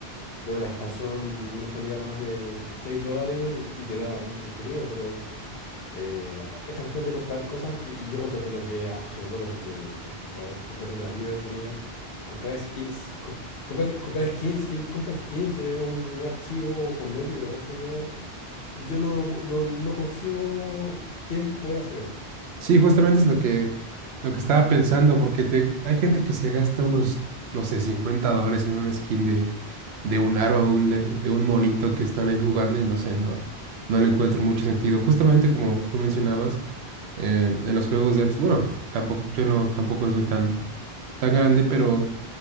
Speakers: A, on the left; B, on the right.
A: pero la expansión no salía más de 6 dólares y y te daba mucho contenido, pero eh, esta cuestión de comprar cosas, y y yo encuentro que lo que es absurdo, como que, oh, por favor, cómprate una vida en realidad, es comprar skins. co- cómprate- comprar skins, ¿quién compra skins? Es un, un archivo cosmético, eso yo, yo no, lo pu- no, no concibo quién puede hacer eso.
B: Sí, justamente es lo que, lo que estaba pensando, porque te, hay gente que se gasta unos, no sé, 50 dólares en una skin de, de un arma, un, de, de un monito que están ahí jugando y no sé, no, no le encuentro mucho sentido. Justamente como tú mencionabas eh, en los juegos de antes, bueno, tampoco, yo no, tampoco soy tan, tan grande, pero